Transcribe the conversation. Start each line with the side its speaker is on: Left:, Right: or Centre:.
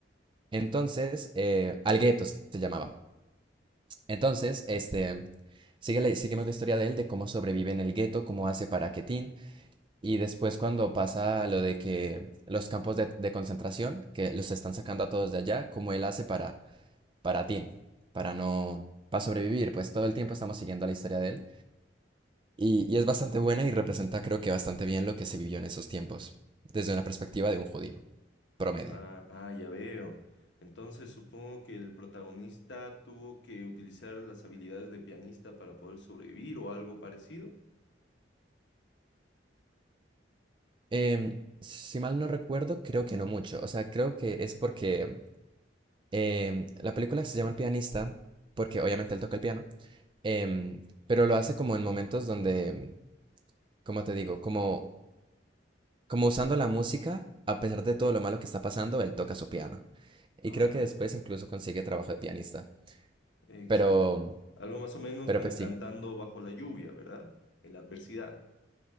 Right: Entonces, eh, al gueto se llamaba. Entonces, este, sigue la- seguimos la historia de él, de cómo sobrevive en el gueto, cómo hace para que Tin, y después cuando pasa lo de que los campos de, de concentración, que los están sacando a todos de allá, cómo él hace para, para Tin, para no, para sobrevivir, pues todo el tiempo estamos siguiendo la historia de él. Y, y es bastante buena y representa creo que bastante bien lo que se vivió en esos tiempos, desde una perspectiva de un judío promedio.
Left: Ah, ah, ya veo. Entonces supongo que el protagonista tuvo que utilizar las habilidades de pianista para poder sobrevivir o algo parecido.
Right: Em, si mal no recuerdo, creo que no mucho. O sea, creo que es porque em, la película se llama El pianista, porque obviamente él toca el piano, em, pero lo hace como en momentos donde, em, como te digo, como, como usando la música, a pesar de todo lo malo que está pasando, él toca su piano. Y
Left: Ah,
Right: creo que después
Left: ya veo.
Right: incluso consigue trabajo de pianista.
Left: Exacto.
Right: Pero,
Left: Algo más o menos
Right: pero
Left: como
Right: pues
Left: cantando
Right: sí,
Left: bajo la lluvia, ¿verdad? En la adversidad.